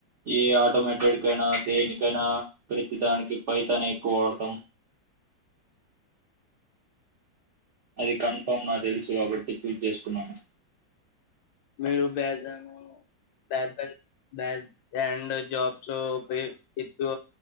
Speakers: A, on the right (about 70°); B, on the left (about 75°).
A: ఏ ఆటోమేటడ్కైనా దేనికైనా ప్రతిదానికి పైతనే ఎక్కువ వాడతాం అది కన్ఫామ్గా తెల్సు కాబట్టి చూస్ చేస్కున్నాను.
B: మీరు <inaudible> బ్యాటన్ బాండ్ జాబ్స్ పి పిత్తు